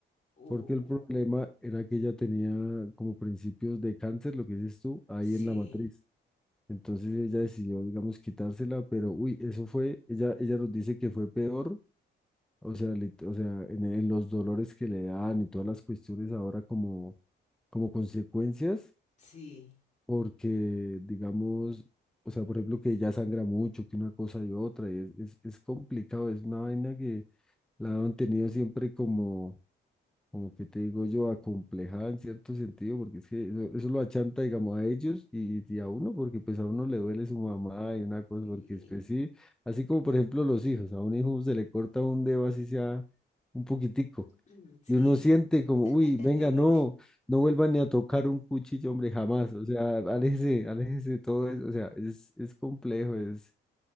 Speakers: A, on the left; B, in the centre.
A: Uh,
B: Porque el problema era que ella tenía como principios de cáncer, lo que dices tú, ahí
A: sí,
B: en la matriz. Entonces ella decidió, digamos, quitársela, pero uy, eso fue, ella, ella nos dice que fue peor o sea, lit- o sea, en, en los dolores que le dan y todas las cuestiones ahora como, como consecuencias,
A: sí.
B: porque digamos, o sea, por ejemplo, que ya sangra mucho, que una cosa y otra, y es, es, es complicado, es una vaina que la han tenido siempre como, como que te digo yo, acomplejada en cierto sentido, porque es que eso, eso lo achanta, digamos, a ellos y, y a uno, porque pues a uno le duele su mamá y una cosa,
A: Sí.
B: porque después sí, así como por ejemplo los hijos, a un hijo se le corta un dedo así sea un poquitico.
A: <clears throat> Sí,
B: Y uno siente como,
A: <laughs>
B: uy,
A: el
B: venga,
A: dolor.
B: no, no vuelvan ni a tocar un cuchillo, hombre, jamás. O sea, aléjese, aléjese de todo eso. O sea, es, es complejo, es,